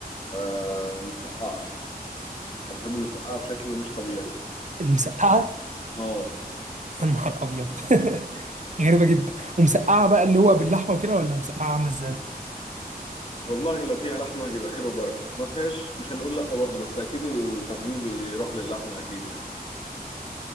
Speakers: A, on the left (about 35°); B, on the right (about 50°).
A: آه المسقعة انا بحب المسقعة بشكل مش طبيعي
B: المسقعه
A: اه
B: <laughs> يا نهار ابيض <laughs> غريبه جدا ومسقعه بقى اللي هو باللحمه وكده ولا مسقعه عامله ازاي
A: والله لو فيها لحمة يبقى خير وبركة ما فيهاش مش هنقول لأ برضه بس أكيد التفضيل بيروح للحمة أكيد يعني